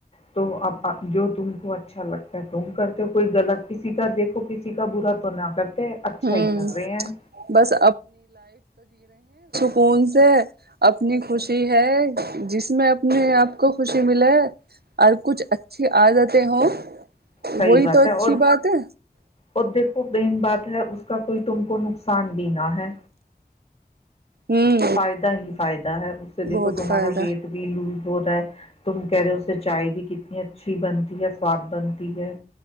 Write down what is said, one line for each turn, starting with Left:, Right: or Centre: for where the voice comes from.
Left: تو اپاجو تم کو اچھا لگتا ہے تم کرتے ہو کوئی غلط کسی دیکھو کسی کا برا تو نہ کرتے اچھا
Right: ہوں
Left: ہی کر رہے ہیں
Right: بس فون سے اپنی خوشی ہے جس میں اپنے آپ کو خوشی ملے اور کچھ اچھی عادتیں ہوں
Left: صحیح
Right: وہی
Left: بات
Right: تو اچھی
Left: ہے اور
Right: بات ہے
Left: اور دیکھو بین بات ہے اس کا کوئی تم کو نقصان بھی نہ ہے
Right: ہوں
Left: فائدہ ہی فائدہ ہے اس سے دیکھو
Right: بہت
Left: تمہارا
Right: فائدہ
Left: ویٹ بھی لوز ہو رہا ہے تم کہہ رہے ہو اس سے چائے بھی کتنی اچ اچی بنتی ہے فوااد بنتی ہے